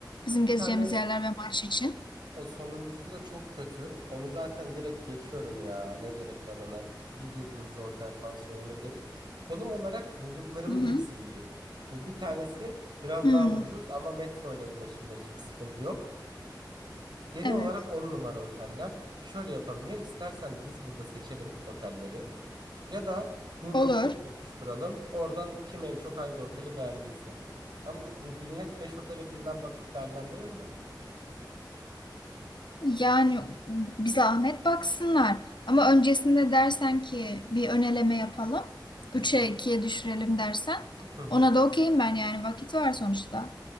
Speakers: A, on the left; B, on the right.
A: bizim
B: Bir
A: gezeceğimiz
B: tane
A: yerler ve maç için.
B: o sonuncusu da çok kötü. Onu zaten direkt geçiyorum ya. Ne gerek var ona? Bir yıldızlı otel pansiyon onu geç. Konum olarak bulduklarımın
A: Hı hı.
B: hepsi iyi. Bu bir tanesi biraz
A: Hmm,
B: daha ucuz ama metro ile ulaşımda hiçbir sıkıntı yok. Genel
A: evet.
B: olarak 10 numara oteller. Şöyle yapalım ya istersen biz burada seçelim otelleri ya da Google
A: Olur.
B: Form oluşturalım. Oradan kim en çok hangi oteli beğendiyse. Ama millet 5 otele birden bakıp değerlendirir mi?
A: Yani bir zahmet baksınlar. Ama öncesinde dersen ki bir ön eleme yapalım. üçe
B: Hı hı.
A: ikiye düşürelim dersen
B: Hı hı. Hı hı.
A: ona da okeyim ben yani vakit var sonuçta.